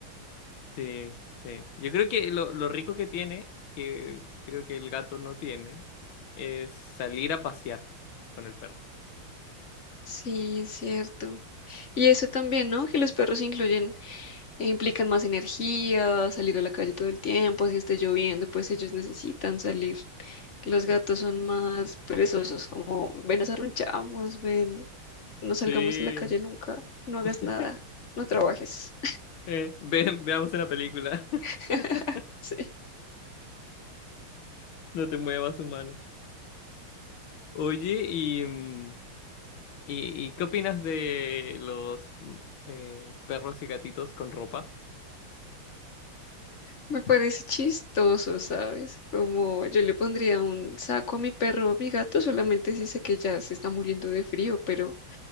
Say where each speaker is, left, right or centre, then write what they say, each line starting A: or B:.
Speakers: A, on the left; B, on the left.
A: Sí, sí. Yo creo que lo, lo rico que tiene, que creo que el gato no tiene, es salir a pasear con el perro.
B: Sí, es cierto. Y eso también, ¿no? Que los perros incluyen e implican más energía, salir a la calle todo el tiempo, si esté lloviendo, pues ellos necesitan salir. Los gatos
A: Claro.
B: son más perezosos, como ven, nos arrunchamos, ven, no
A: Sí.
B: salgamos a la calle nunca, no hagas
A: <laughs>
B: nada, no trabajes.
A: Eh, ve- veamos la película.
B: <laughs>
A: <laughs>
B: Sí,
A: No te muevas, humano. Oye, y, mm, y, y ¿qué opinas de los mm, eh, perros y gatitos con ropa?
B: me parece chistoso, ¿sabes? Como yo le pondría un saco a mi perro o a mi gato, solamente si sé que ya se está muriendo de frío, pero